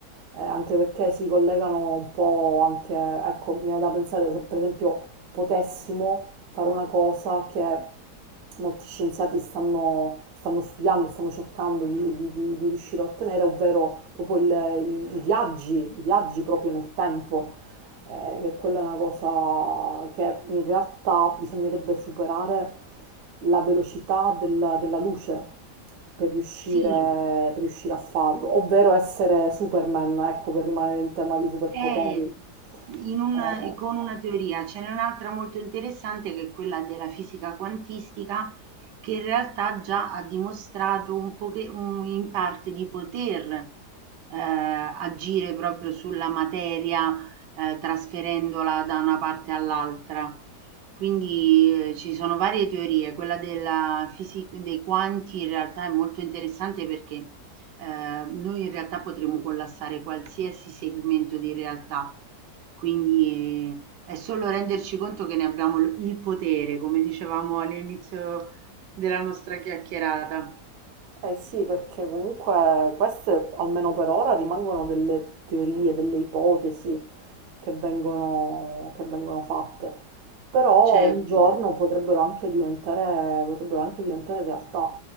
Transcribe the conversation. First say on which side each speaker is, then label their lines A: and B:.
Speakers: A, on the right (about 65°); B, on the right (about 80°).
A: eh, anche perché si collegano un po' anche, ecco, mi viene da pensare se per esempio potessimo fare una cosa che molti scienziati stanno, stanno studiando, stanno cercando di, di- di- di riuscire a ottenere, ovvero proprio il- i, i viaggi, i viaggi proprio nel tempo eh, che quella è una cosa che in realtà bisognerebbe superare la velocità del- della luce per riuscire,
B: Sì,
A: per riuscire a farlo, ovvero essere Superman, ecco, per rimanere in tema di superpoteri.
B: è in una-
A: Eh,
B: con una teoria. Ce n'è un'altra molto interessante che è quella della fisica quantistica, che in realtà già ha dimostrato un poche- un- in parte di poter eh, agire proprio sulla materia eh, trasferendola da una parte all'altra. Quindi eh, ci sono varie teorie, quella della fisica dei quanti in realtà è molto interessante perché eh, noi in realtà potremmo collassare qualsiasi segmento di realtà, quindi eh, è solo renderci conto che ne abbiamo l- il potere, come dicevamo all'inizio della nostra chiacchierata,
A: Eh sì, perché comunque queste, almeno per ora, rimangono delle teorie, delle ipotesi che vengono, che vengono fatte. Però
B: certo,
A: un giorno potrebbero anche diventare, potrebbero anche diventare realtà,